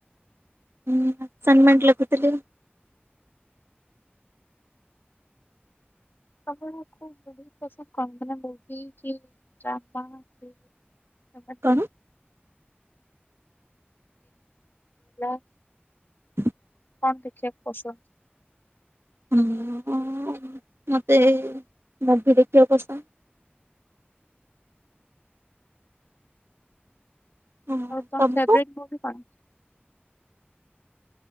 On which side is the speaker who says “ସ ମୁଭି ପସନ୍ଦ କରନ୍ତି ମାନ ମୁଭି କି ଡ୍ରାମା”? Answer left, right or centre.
Left